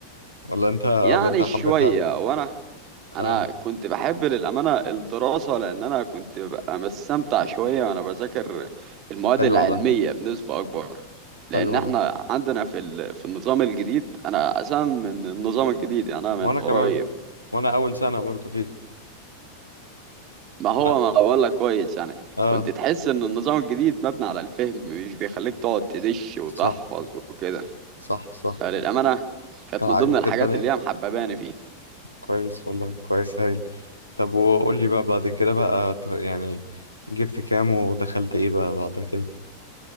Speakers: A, on the left (about 85°); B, on the right (about 35°).
A: ولا انت ولا
B: يعني
A: انت حبيتها
B: شوية وانا انا
A: اه
B: كنت بحب للأمانة الدراسة لان انا كنت ببقى مستمتع شوية وانا بذاكر المواد
A: حلو
B: العلمية
A: والله
B: بنسبة اكبر لان
A: حلو والله
B: احنا عندنا في ال... في النظام الجديد انا اساسا من النظام الجديد يعني انا من
A: وانا
B: قريب
A: كمان وانا اول سنة برضو فيه
B: ما هو
A: لا.
B: ما بقول لك كويس يعني
A: اه
B: كنت تحس ان النظام الجديد مبني على الفهم مش بيخليك تقعد تدش وتحفظ
A: صح
B: وكده
A: صح صح
B: فللأمانة كانت
A: كان
B: من
A: عاجبك
B: ضمن الحاجات
A: الدنيا
B: اللي هي محبباني فيه
A: كويس والله كويس هايل طب وقول لي بقى بعد كده بقى ت- يعني جبت كام ودخلت ايه بقى بعد كده